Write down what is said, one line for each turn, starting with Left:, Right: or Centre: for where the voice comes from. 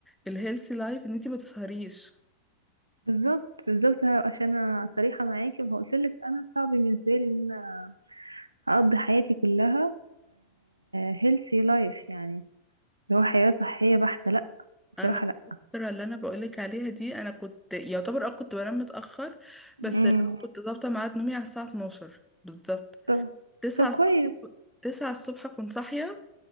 Centre: الهيلثي لايف ان انتي ما تسهريش
Right: بالظبط بالظبط عشان انا صريحه معاكي فقلت لك انا صعب بالنسبه لي ان انا هقضي حياتي كلها هيلثي لايف يعني اللي هو حياه صحيه بحته لا بصراحه
Centre: انا
Right: لا
Centre: الفتره اللي انا بقولك عليها دي انا كنت يعتبر اه كنت بنام متاخر بس
Right: امم
Centre: اللي هو كنت ظابطه ميعاد نومي على الساعه 12 بالظبط
Right: طب
Centre: 9
Right: طب
Centre: الصبح
Right: كويس
Centre: كنت- 9 الصبح كنت صاحيه